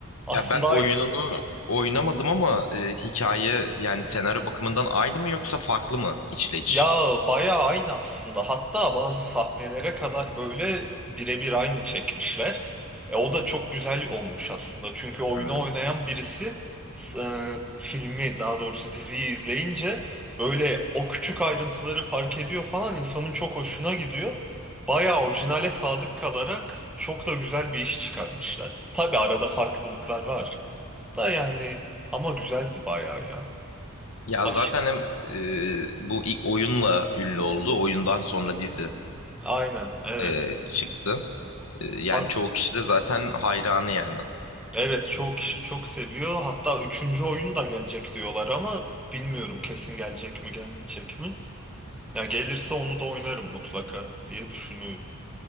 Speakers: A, in the centre; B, on the left.
A: Aslında
B: Ya ben oyununu oynamadım ama e, hikaye yani senaryo bakımından aynı mı yoksa farklı mı işleyiş?
A: Ya bayağı aynı aslında. Hatta bazı sahnelere kadar böyle birebir aynı çekmişler. E, o da çok güzel olmuş aslında. Çünkü oyunu
B: Hmm.
A: oynayan birisi s- e, filmi daha doğrusu diziyi izleyince böyle o küçük ayrıntıları fark ediyor falan insanın çok hoşuna gidiyor. Bayağı orijinale sadık kalarak çok da güzel bir iş çıkarmışlar. Tabii arada farklılıklar var da yani ama güzeldi bayağı ya.
B: Ya
A: Baş
B: zaten hem e, bu ilk oyunla ünlü oldu. Oyundan sonra dizi
A: aynen evet.
B: e, çıktı. E, yani
A: A-
B: çoğu kişi de zaten hayranı yani.
A: Evet çoğu kişi çok seviyor. Hatta üçüncü oyun da gelecek diyorlar ama bilmiyorum kesin gelecek mi gelmeyecek mi. Ya gelirse onu da oynarım mutlaka diye düşünüyorum.